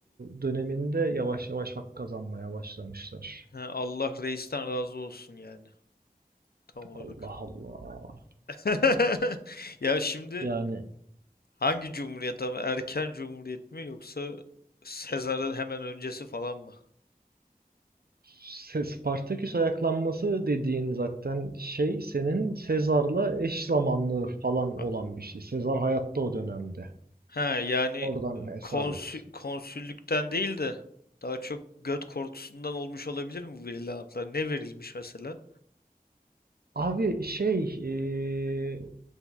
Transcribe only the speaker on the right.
döneminde yavaş yavaş hak kazanmaya başlamışlar.
Allah Allah.
Yani
Se- Spartaküs ayaklanması dediğin zaten şey senin Sezar'la eş zamanlı falan
olan bir şey. Sezar hayatta o dönemde.
Oradan hesap
et.
Abi şey eee,